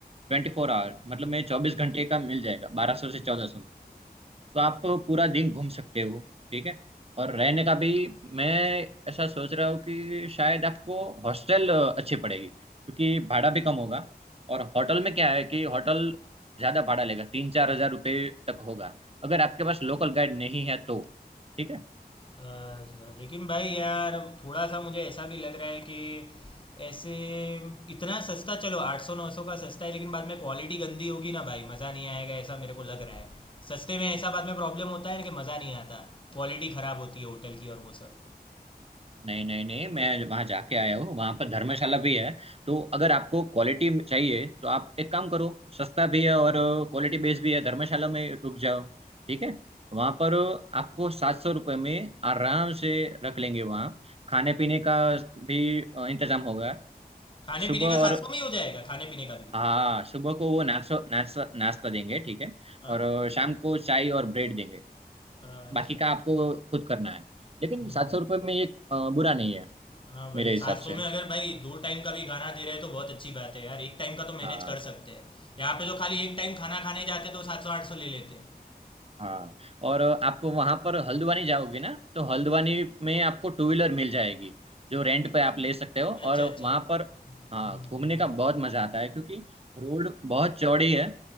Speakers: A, on the right; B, on the left.
A: ट्वेंटी फोर आवर मतलब में चौबीस घंटे का मिल जाएगा बारह सौ से चौदह सौ में। तो आप पूरा दिन घूम सकते हो ठीक है और रहने का भी मैं ऐसा सोच रहा हूँ कि शायद आपको हॉस्टल अच्छी पड़ेगी क्योंकि भाड़ा भी कम होगा और होटल में क्या है कि होटल ज्यादा भाड़ा लेगा तीन चार हजार रुपये तक होगा अगर आपके पास लोकल गाइड नहीं है तो ठीक है
B: अच्छा लेकिन भाई यार अब थोड़ा सा मुझे ऐसा भी लग रहा है कि ऐसे इतना सस्ता चलो आठ सौ नौ सौ का सस्ता है लेकिन बाद में क्वालिटी गंदी होगी ना भाई मज़ा नहीं आएगा ऐसा मेरे को लग रहा है सस्ते में ऐसा बाद में प्रॉब्लम होता है ना कि मज़ा नहीं आता क्वालिटी खराब होती है होटल की और वो सब
A: नहीं नहीं नहीं मैं वहां जाके आया हूँ वहां पर धर्मशाला भी है तो अगर आपको क्वालिटी चाहिए तो आप एक काम करो सस्ता भी है और क्वालिटी बेस्ड भी है धर्मशाला में रुक जाओ ठीक है वहां पर आपको सात सौ रुपये में आराम से रख लेंगे वहाँ खाने पीने का भी अ, इंतजाम होगा
B: खाने
A: सुबह
B: पीने का
A: और
B: सात सौ में ही हो जाएगा खाने पीने का भी
A: हाँ सुबह को वो नाश्ता नाश्ता नाश्ता देंगे ठीक है
B: हाँ
A: और अ, शाम को चाय और ब्रेड देंगे
B: अच्छा
A: बाकी का
B: अच्छा
A: आपको खुद करना है लेकिन
B: नहीं
A: सात
B: नहीं नहीं
A: सौ
B: नहीं।
A: रुपये में ये अ, बुरा नहीं है
B: हाँ भाई
A: मेरे हिसाब
B: सात सौ
A: से
B: में अगर भाई दो टाइम का भी खाना दे रहे हैं तो बहुत अच्छी बात है यार एक टाइम का तो मैनेज
A: हाँ
B: कर सकते हैं यहाँ पे तो खाली एक टाइम खाना खाने जाते तो सात सौ आठ सौ ले लेते हैं
A: हाँ और आप वहां पर हल्द्वानी जाओगे ना तो हल्द्वानी में आपको टू व्हीलर मिल जाएगी जो रेंट पे आप ले सकते हो और
B: अच्छा अच्छा
A: वहां
B: हम्म,
A: पर हाँ घूमने का बहुत मजा आता है क्योंकि रोड बहुत चौड़ी है